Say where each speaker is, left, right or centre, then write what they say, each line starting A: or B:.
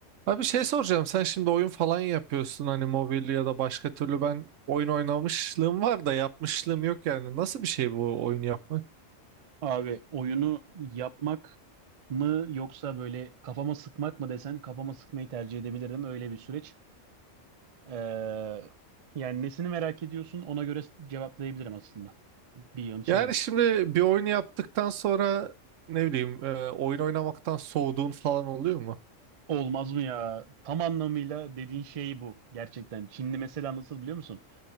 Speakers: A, on the right; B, on the right.
A: Abi şey soracağım sen şimdi oyun falan yapıyorsun hani mobil ya da başka türlü ben oyun oynamışlığım var da yapmışlığım yok yani nasıl bir şey bu oyun yapmak?
B: Abi oyunu yapmak mı yoksa böyle kafama sıkmak mı desen kafama sıkmayı tercih edebilirdim. Öyle bir süreç. Ee, yani nesini merak ediyorsun ona göre cevaplayabilirim aslında. Bir yan şey
A: Yani
B: var.
A: şimdi bir oyunu yaptıktan sonra ne bileyim e, oyun oynamaktan soğuduğun falan oluyor mu?
B: Olmaz mı ya? Tam anlamıyla dediğin şey bu gerçekten. Çinli mesela nasıl biliyor musun?